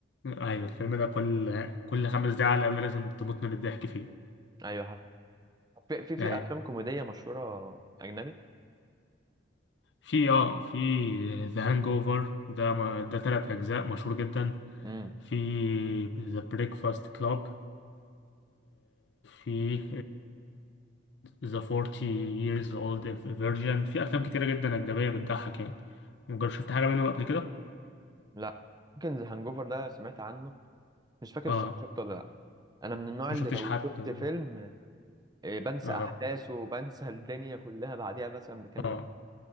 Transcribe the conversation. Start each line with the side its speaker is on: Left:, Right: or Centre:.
Left: ايوه الفيلم ده كل كل خمس دقايق على الأقل لازم تموت من الضحك فيه
Right: ايوه حق. في في في
Left: يعني
Right: افلام كوميديه مشهوره اجنبي
Left: في اه في ذا هانج اوفر ده م- ده تلات أجزاء مشهور جدا
Right: امم
Left: في ذا بريكفاست كلاب في ذا 40 years old virgin في أفلام كتيرة جدا أجنبية بتضحك يعني مجرد شفت حاجة منهم قبل كده؟
Right: لا يمكن ذا هانجوفر ده سمعت عنه مش فاكر
Left: اه
Right: الصراحه شفته ولا لا انا من النوع
Left: ما
Right: اللي
Left: شفتش
Right: لو
Left: حتى
Right: شفت فيلم إيه، بنسى
Left: اه
Right: احداثه وبنسى <laughs> الدنيا كلها بعديها مثلا بكام يوم
Left: اه